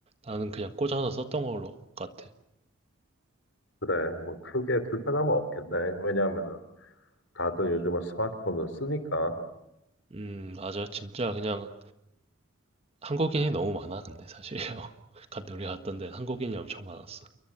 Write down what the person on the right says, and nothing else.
나는 그냥 꽂아서 썼던 걸로 같아.
음, 맞아. 진짜 그냥 한국인이 너무 많아, 근데 사실요. <laughs> 갔 우리 갔던 데는 한국인이 엄청 많았어.